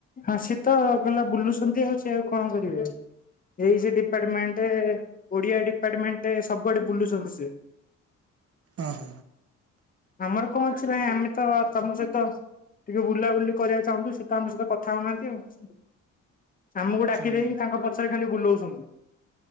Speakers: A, on the left (about 30°); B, on the right (about 50°).
A: ହଁ ସିଏ ତ ଗଲା ବୁଲୁଛନ୍ତି ଆଉ ସେ ଆଉ କଣ କରିବେ ଏଇ ସେ ଡିପାର୍ଟମେଣ୍ଟ ଓଡିଆ ଡିପାର୍ଟମେଣ୍ଟ୍ ସବୁଆଡେ ବୁଲୁଚନ୍ତି ସେ।
B: ଅ ହ।
A: ଆମର କଁ ଅଛି ବା ଆମେ ତ ତମ ସହିତ ଟିକେ ବୁଲା ବୁଲା ବୁଲି କରିବାକୁ ଚାହୁଁଚୁ ସିଏ ତ ଆମ ସହିତ କଥା ହୋଉନାହାନ୍ତି ଆଉ। ଆମକୁ ଡାକି
B: ହୁଁ।
A: ଦେଇ ତାଙ୍କ ପଛରେ ଖାଲି ବୁଲଉଛନ୍ତି।